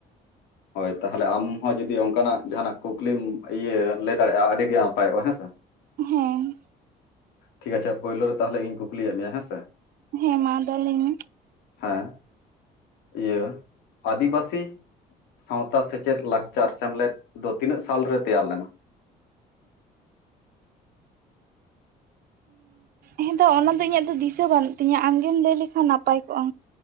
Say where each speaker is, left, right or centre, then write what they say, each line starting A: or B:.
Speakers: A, on the left (about 85°); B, on the right (about 60°).
A: ᱦᱳᱭ ᱛᱟᱦᱚᱞᱮ ᱟᱢ ᱦᱚᱸ ᱡᱩᱫᱤ ᱚᱱᱠᱟᱱᱟᱜ ᱡᱟᱦᱟᱱᱟᱜ ᱠᱩᱠᱞᱤᱢ ᱤᱭᱟᱹ ᱞᱟᱹᱭ ᱫᱟᱲᱮᱭᱟᱜᱼᱟ ᱟᱹᱰᱤᱜᱮ ᱱᱟᱯᱟᱭᱚᱜᱼᱟ ᱦᱮᱸᱥᱮ᱾
B: ᱦᱮᱸ᱾
A: ᱴᱷᱤᱠ ᱟᱪᱷᱮ ᱯᱳᱭᱞᱳ ᱨᱮ ᱛᱟᱦᱚᱞᱮ ᱤᱧ ᱠᱩᱠᱞᱤᱭᱮᱫ ᱢᱮᱭᱟᱮᱸ ᱦᱮᱸ ᱥᱮ?
B: ᱦᱮᱸ ᱢᱟ ᱟᱫᱚ ᱞᱟᱹᱭ ᱢᱮ᱾
A: ᱦᱮᱸ ᱤᱭᱟᱹ ᱟᱫᱤᱵᱟᱹᱥᱤ ᱥᱟᱶᱛᱟ ᱥᱮᱪᱮᱫ ᱞᱟᱠᱪᱟᱨ ᱥᱮᱢᱞᱮᱫ ᱫᱚ ᱛᱤᱱᱟᱹᱜ ᱥᱟᱞᱨᱮ ᱛᱮᱭᱟᱨ ᱞᱮᱱᱟ?
B: ᱦᱮᱸ ᱫᱚ ᱚᱱᱟ ᱫᱚ ᱤᱧᱟᱹᱜ ᱫᱚ ᱫᱤᱥᱟᱹ ᱵᱟᱹᱱᱩᱜ ᱛᱤᱧᱟᱹ ᱟᱢᱜᱮᱢ ᱞᱟᱹᱭ ᱞᱮᱠᱷᱟᱱ ᱱᱟᱯᱟᱭ ᱠᱚᱜᱼᱟ᱾